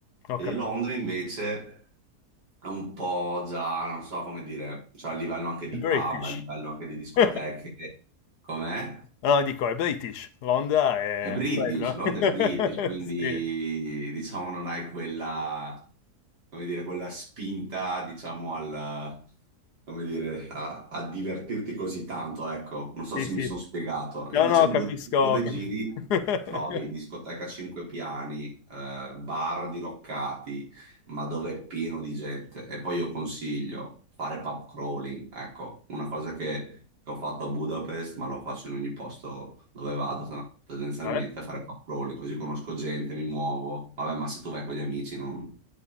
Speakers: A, on the left (about 75°); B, on the right (about 85°).
A: ho
B: E
A: capito.
B: Londra invece è un po' già, non so come dire, cioè a livello anche di
A: British.
B: pub, a livello anche
A: <laughs>
B: di discoteche, com'è?
A: No, dico, è British. Londra è
B: È British,
A: quello.
B: Londra
A: <laughs>
B: è British, quindi
A: Sì,
B: diciamo non hai quella, come dire, quella spinta, diciamo, al, come dire, a, a divertirti così tanto, ecco. Non so
A: sì,
B: se
A: sì.
B: mi sono spiegato.
A: No,
B: Invece
A: no,
B: Bu-
A: capisco,
B: dove
A: capisco.
B: giri
A: <laughs>
B: trovi discoteca a cinque piani, eh, bar diroccati, ma dove è pieno di gente. E poi io consiglio fare pub crawling, ecco, una cosa che, che ho fatto a Budapest, ma lo faccio in ogni posto dove vado, no? Tendenzialmente
A: Cioè?
B: a fare pub crawling, così conosco gente, mi muovo. Vabbè, ma se tu vai con gli amici non,